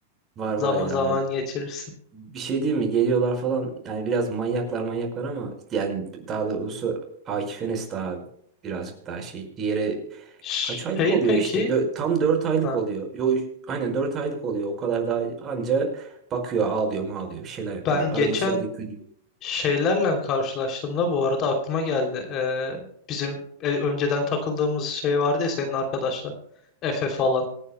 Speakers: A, on the right; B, on the left.
A: Var
B: Zam
A: var ya.
B: zaman geçirirsin.
A: Bir şey diyeyim mi? Geliyorlar falan. Yani biraz manyaklar manyaklar ama yani daha doğrusu Akif Enes daha birazcık daha şey. Diğeri
B: Şey
A: kaç aylık oluyor
B: peki
A: işte? Dö- tam 4 aylık
B: ha,
A: oluyor. Yo, üç- aynen 4 aylık oluyor. O kadar daha anca bakıyor, ağlıyor, mağlıyor, bir şeyler yapıyor.
B: ben
A: Arada
B: geçen
A: sırada gülüyor.
B: şeylerle karşılaştığımda bu arada aklıma geldi. Ee, bizim e, önceden takıldığımız şey vardı ya senin arkadaşlar. Efe falan.